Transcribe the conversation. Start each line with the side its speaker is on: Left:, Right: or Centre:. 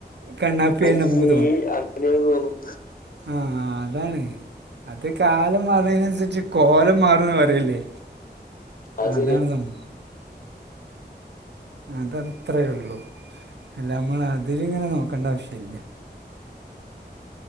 Right: കണ്ണാപ്പിയായിട്ട്
Left: അയ്യേ
Right: നമുക്ക്
Left: അങ്ങനേ തോന്നും.
Right: ആഹ അതാണ് അത് കാലം അതനുസരിച്ച് കോലം മാറന്ന് പറയില്ലേ
Left: അത്
Right: അതാണ്
Left: ശരിയാ
Right: സംഭവം. അതത്രേ ഉള്ളൂ അല്ല നമ്മൾ അതില് ഇങ്ങനെ നോക്കേണ്ട ആവശ്യമില്ല.